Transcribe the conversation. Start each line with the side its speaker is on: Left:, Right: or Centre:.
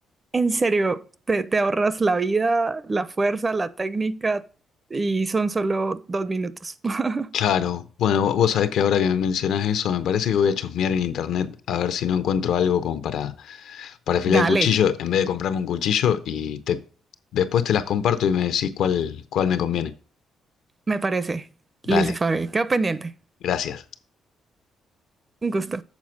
Right: en serio, te, te ahorras la vida, la fuerza, la técnica y son solo dos minutos. <laughs>
Left: Claro. Bueno, vo- vos sabés que ahora que me mencionás eso, me parece que voy a chusmear en internet a ver si no encuentro algo como para, para afilar
Right: Dale,
Left: el cuchillo, en vez de comprarme un cuchillo y te, después te las comparto y me decís cuál, cuál me conviene.
Right: me parece. Liz
Left: Dale,
Right: Fabre, quedo pendiente.
Left: gracias.
Right: Un gusto.